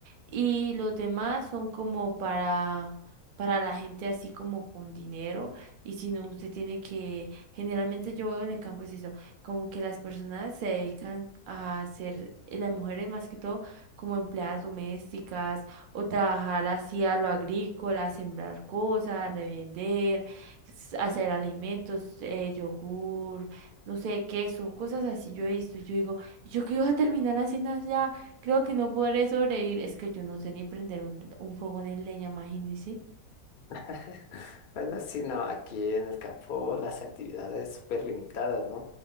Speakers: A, on the right (about 75°); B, on the left (about 60°).
A: y los demás son como para, para la gente así como con dinero y si no usted tiene que, generalmente yo veo en el campo es eso, como que las personas se dedican a ser, eh, las mujeres más que todo, como empleadas domésticas o trabajar así a lo agrícola, sembrar cosas, revender, s- hacer alimentos, eh, yogur no sé, queso, cosas así yo he visto. y Yo digo, "¿Y ¿yo qué iba a terminar haciendo allá? Creo que no podré sobrevivir. Es que yo no sé ni prender un, un fogón en leña, imagínense
B: <laughs> Bueno, sí, no, aquí en el campo las actividades súper limitadas, ¿no?